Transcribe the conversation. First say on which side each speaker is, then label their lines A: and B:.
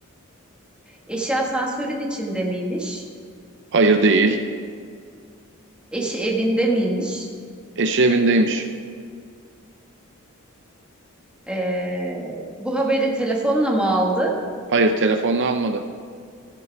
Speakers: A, in the centre; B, on the right.
A: Eşi asansörün içinde miymiş?
B: Hayır değil
A: Eşi evinde miymiş?
B: eşi evindeymiş.
A: Ee, bu haberi telefonla mı aldı?
B: Hayır telefonla almadı.